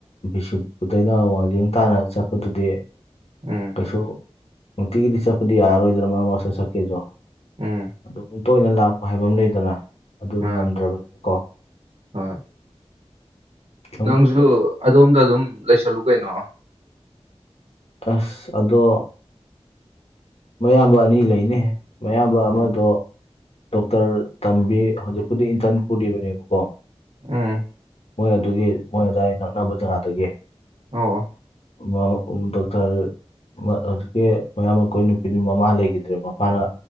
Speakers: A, on the left; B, on the right.
A: ꯕꯤꯁꯨꯄꯨꯗꯩꯅ ꯋꯥꯡꯖꯤꯡ ꯇꯥꯅ ꯆꯠꯄꯗꯨꯗꯤ
B: ꯎꯝ
A: ꯀꯩꯁꯨ ꯅꯨꯡꯇꯤꯒꯤꯗꯤ ꯆꯠꯄꯗꯤ ꯌꯥꯔꯔꯣꯏꯗ꯭ꯔꯥ ꯃꯔꯨꯞ ꯃꯔꯨꯗ ꯆꯠꯀꯦꯗ꯭ꯔꯣ
B: ꯎꯝ
A: ꯑꯗꯨ ꯇꯣꯏꯅ ꯂꯥꯛꯄ ꯍꯥꯏꯕ ꯑꯃ ꯂꯩꯗꯅ ꯑꯗꯨ
B: ꯃꯥ
A: ꯉꯝꯗ꯭ꯔꯕꯅꯤꯅ ꯀꯣ
B: ꯍꯣꯏ
A: ꯁꯨꯝ
B: ꯅꯪꯁꯨ ꯑꯗꯣꯝꯗ ꯑꯗꯨꯝ ꯂꯩꯁꯜꯂꯨ ꯀꯩꯅꯣ
A: ꯑꯁ ꯑꯗꯣ ꯃꯌꯥꯝꯕ ꯑꯅꯤ ꯂꯩꯅꯦ ꯃꯌꯥꯝꯕ ꯑꯃꯗꯣ
B: ꯎꯝ
A: ꯗꯣꯛꯇꯔ ꯇꯝꯕꯤ ꯍꯧꯖꯤꯛꯄꯨꯗꯤ ꯏꯟꯇꯔꯟ ꯄꯨꯔꯤꯕꯅꯦꯕꯀꯣ
B: ꯎꯝ
A: ꯃꯣꯏ ꯑꯗꯨꯒꯤ ꯃꯣꯏ ꯑꯗꯨꯏ ꯅꯛꯅꯕ ꯖꯒꯥꯗꯒꯤ
B: ꯑꯣ
A: <unintelligible> ꯗꯣꯛꯇꯔ ꯍꯧꯖꯤꯛꯀꯤ ꯃꯌꯥꯝꯕ ꯀꯣꯏ ꯅꯨꯄꯤꯗꯤ ꯃꯃꯥ ꯂꯩꯈꯤꯗ꯭ꯔꯦ ꯃꯄꯥꯅ